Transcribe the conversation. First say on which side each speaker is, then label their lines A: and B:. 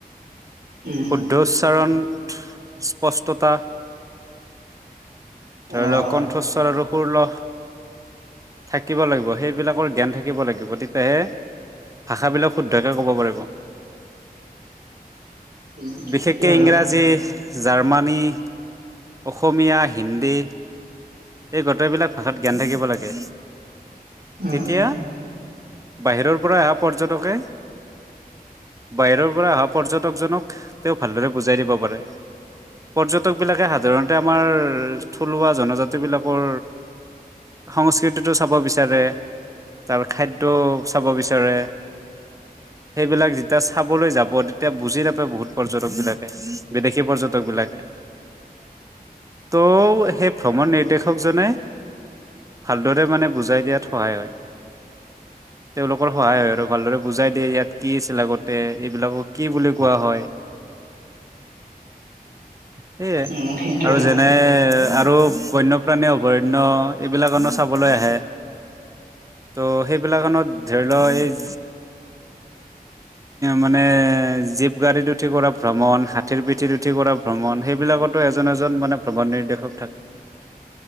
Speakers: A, on the right (about 80°); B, on the right (about 20°).
A: উম,
B: শুদ্ধ উচ্চাৰণ <unintelligible> স্পষ্টতা। <unintelligible>
A: অ',
B: কণ্ঠস্বৰ আৰু সুৰ ল থাকিব লাগিব। সেইবিলাকৰ জ্ঞান থাকিব লাগিব, তেতিয়াহে ভাষাবিলাক শুদ্ধকে ক'ব পাৰিব।
A: উম,
B: বিশেষকে
A: সেইটো হয়
B: ইংৰাজী জাৰ মানি অসমীয়া। হিন্দী। এই গোতেই বিলাক ভাষাত জ্ঞান থাকিব লাগে।
A: উম,
B: তেতিয়া? বাহিৰৰ পৰা অহা পৰ্যটকে বাহিৰৰ পৰা অহা পৰ্যটক তকজনক তেওঁ ভালদৰে, বুজাই দিব পাৰে, পৰ্যটকবিলাকে হাত, সাধাৰণতে আমাৰ থলুৱা -জনজাতিবিলাকৰ সংস্কৃতিটো চাব বিচাৰে, তাৰ খাদ্য চাব বিচাৰে সেইবিলাক যেতিয়া চাবলৈ যাব, তেতিয়া বুজি নাপায় বহুত পৰ্যটকবিলাকে বিদেশী পৰ্যটকবিলাকে। ত' সেই ভ্ৰমণ নিৰ্দেশকজনে ভালদৰে মানে বুজাই দিয়াত সহায় হয়। তেওঁলোকৰ সহায় হয় আৰু ভালদৰে বুজাই দিয়ে ইয়াত কি আছিল আগতে এইবিলাকক কি বুলি কোৱা হয়। সেইয়ে।
A: উম, সেইটো
B: আৰু
A: হয়
B: যেনে, আৰু বনপ্ৰাণী অভয়াৰণ্য এইবিলাকনো চাবলৈ আহে ত' সেইবিলাখনত, লয়জ, মানে জীপ গাড়ীত উঠি কৰা ভ্ৰমণ হাতীৰ পিঠিত উঠি কৰা ভ্ৰমণ সেইবিলাকত, ত'এজন - এজন মানে ভ্ৰমণ নিৰ্দেশক থাকে।